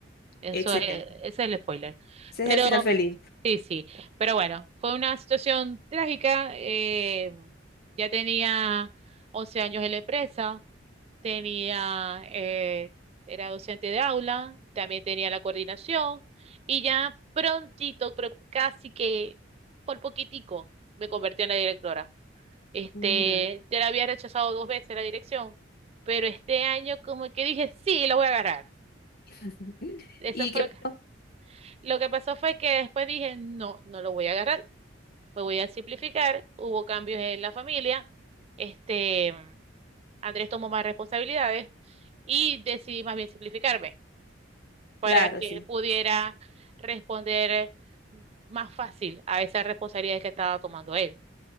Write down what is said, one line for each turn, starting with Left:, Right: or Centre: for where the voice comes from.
Right: Eso
Left: Excelente.
Right: es, ese es el spoiler.
Left: Ese
Right: Pero
Left: es el final feliz.
Right: sí, sí. Pero bueno, fue una situación trágica. eh, ya tenía 11 años en la empresa. tenía, eh, era docente de aula, también tenía la coordinación y ya prontito, pero casi que por poquitico, me convertí en la directora. Este,
Left: Ujú.
Right: ya la había rechazado dos veces la dirección, pero este año como que dije, sí, lo voy a agarrar.
Left: <laughs>
Right: Eso
Left: Y
Right: fue
Left: que,
Right: lo que,
Left: oh,
Right: lo que pasó fue que después dije, no, no lo voy a agarrar, me voy a simplificar. Hubo cambios en la familia, este, Andrés tomó más responsabilidades y decidí más bien simplificarme. para
Left: claro,
Right: que
Left: sí.
Right: pudiera responder más fácil a esas responsabilidades que estaba tomando él.